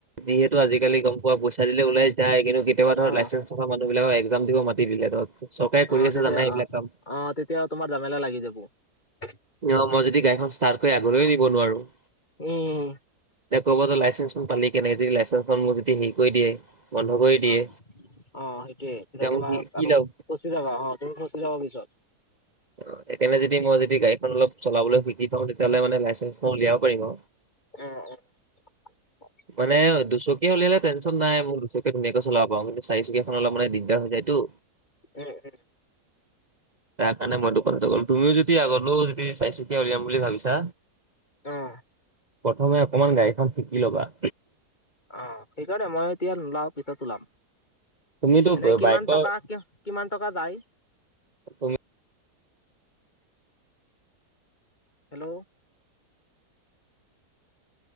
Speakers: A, on the right; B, on the left.
A: যিহেতু আজিকালি গম পোৱা পইচা দিলে ওলাই যায়, কিন্তু কেতিয়াবা ধৰ
B: অ',
A: লাইচেন্ঞ্চ থকা মানুহ বিলাকক এক্জাম দিব মাতি দিলে ধৰ, চৰকাৰে কৰি
B: অ',
A: আছে
B: তেতিয়া
A: জানাই এইবিলাক
B: অ',
A: কাম।
B: অ', তেতিয়া তোমাৰ জামেলা লাগি <inaudible>
A: অ', মই যদি গাড়িখন ষ্টাৰ্ট কৰি আগলৈও নিব নোৱাৰোঁ
B: উম।
A: দে ক'ব যে লাইচেন্খন পালি কেনেক যদি লাইচেন্ঞ্চখন মোক যদি হেৰি কৰি দিয়ে। বন্ধ কৰি দিয়ে
B: অ', অ' সেইটোয়ে কিন্তু
A: তেতিয়া
B: তোমাৰ
A: মোক কি কি
B: আৰু
A: লাভ
B: ফচি যাবা অ', তুমি ফচি যাব পিছত।
A: অ', এইকাৰনে যদি মই যদি গাড়ীখন অলপ চলাবলৈ শিকি থওঁ তেতিয়াহ'লে মানে লাইচেঞ্চ মই উলিয়াব পাৰিম।
B: উম
A: মানে দুচকীয়া উলিয়ালে টেনচন নাই মূৰ দুচকীয়া ধুনীয়াকৈ চলাব পাৰোঁ কিন্তু চাৰি চকীয়াখন অলপ মান দিগদাৰ হৈ যায় টো।
B: উম, উম।
A: মানে মইতো কথাটো কলোঁ, তুমিও যদি আগলৈও যদি চাৰিচুকীয়া উলিয়াম বুলি ভাবিছা
B: অ'।
A: প্ৰথমে অকমান গাড়ীখন শিকি ল'বা।
B: অ', সেইকাৰণে মই এতিয়া নোলাও পিছত ওলাম।
A: তুমিতো
B: এনে
A: ব-
B: কিমান
A: বাইকৰ
B: টকা কিয় কিমান টকা যায়?
A: তুমি
B: হেল্ল'।